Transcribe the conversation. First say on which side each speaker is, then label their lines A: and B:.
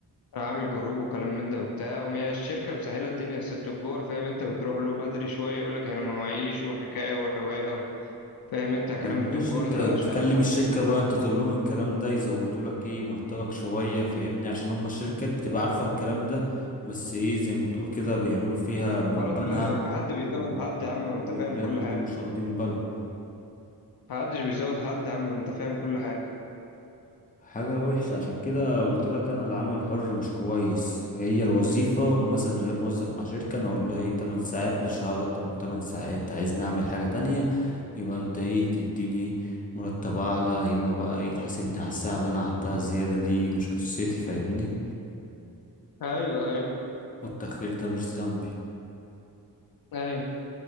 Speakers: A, on the left; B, on the left.
A: عامل جروب وكلام من ده وبتاع وهي الشركة مسهلة الدنيا بس التجار فاهم انت بتروح له بدري شوية يقول لك انا ما معيش والحكاية والرواية فاهم انت كلام
B: طب ماشي
A: التجار
B: انت
A: ده
B: تكلم
A: بقى الشعب المصري
B: الشركة بقى انت تقول لهم الكلام ده يزودوا لك ايه مرتبك شوية فاهمني عشان هم الشركات بتبقى عارفة الكلام ده بس ايه زي ما تقول كده بيعملوا فيها من
A: برا
B: بنها
A: دماغها وفي حد بيزود
B: و...
A: حد يا عم ما انت
B: وبيعملوا
A: فاهم كل
B: انهم
A: حاجة
B: مش واخدين بالهم
A: محدش بيزود حد يا عم ما انت فاهم كل حاجة
B: حاجة وحشة عشان كده قلت لك انا العمل الحر مش كويس هي الوظيفة مثلا شغال موظف مع شركة انا والله 8 ساعات مش هقعد اكتر من 8 ساعات عايز نعمل حاجة تانية يبقى انت ايه تديني مرتب اعلى يا اما بقى ايه تحاسبني على الساعة اللي انا قعدتها زيادة دي مش قصتي فاهمني
A: ايوه ايوه
B: والتأخير ده مش ذنبي
A: ايوه